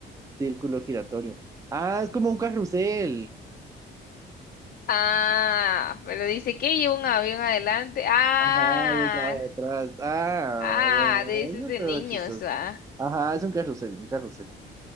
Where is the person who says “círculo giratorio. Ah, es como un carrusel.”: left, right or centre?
Right